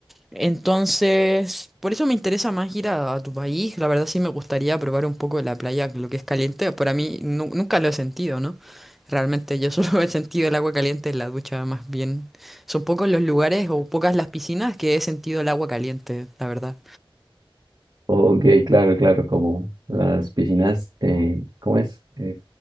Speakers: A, in the centre; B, on the right (about 40°).
A: Entonces, por eso me interesa más ir a, a tu país. La verdad sí me gustaría probar un poco de la playa, lo que es caliente. Para mí nu- nunca lo he sentido, ¿no? Realmente yo solo <laughs> he sentido el agua caliente en la ducha, más bien. Son pocos los lugares o pocas las piscinas que he sentido el agua caliente, la verdad.
B: Ok, claro, claro, como las piscinas, eh, ¿cómo es? Eh,